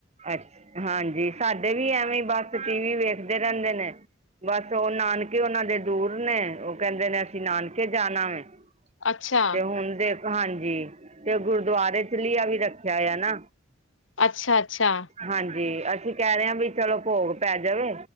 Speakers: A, on the right; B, on the left.
A: ਅੱਛ ਹਾਂਜੀ ਸਾਡੇ ਵੀ ਐਵੇਂ ਈ ਬਸ ਟੀਵੀ ਵੇਖਦੇ ਰੈੰਦੇ ਨੇ ਬਸ ਓ ਨਾਨਕੇ ਓਨਾਂ ਦੇ ਦੂਰ ਨੇ ਓ ਕੈੰਦੇ ਨੇ ਅਸੀਂ ਨਾਨਕੇ ਜਾਣਾ ਵੇ
B: ਅੱਛਾ,
A: ਤੇ ਹੁਣ ਦੇਖ ਹਾਂਜੀ ਤੇ ਗੁਰਦੁਆਰੇ ਚਲਿਆ ਵੀ ਰੱਖਿਆ ਹੋਇਆ ਨਾ।
B: ਅੱਛਾ, ਅੱਛਾ।
A: ਹਾਂਜੀ, ਅਸੀਂ ਕਹਿ ਰੇ ਆਂ ਵੀ ਚਲੋ ਭੋਗ ਪੈ ਜਵੇ,